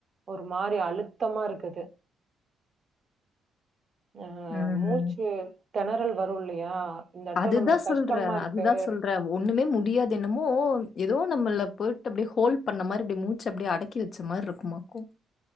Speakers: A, on the right; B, on the left.
A: ஒரு மாரி அளுத்தமா இருக்குது ஆ
B: ம்.
A: மூச்சு தெணறல் வரு இல்லையா இந்த இடத்துல
B: அதுதா
A: நம்மளுக்கு
B: சொல்றே
A: கஷ்டமா இருக்கு.
B: அதுதா சொல்றே ஒண்ணுமே முடியாது என்னமோ ஏதோ நம்மள போயிட்டு அப்படி ஹோல் பண்ண மாதிரி அப்படி மூச்சு அப்படி அடக்கி வச்ச மாரி இருக்கு மக்கும்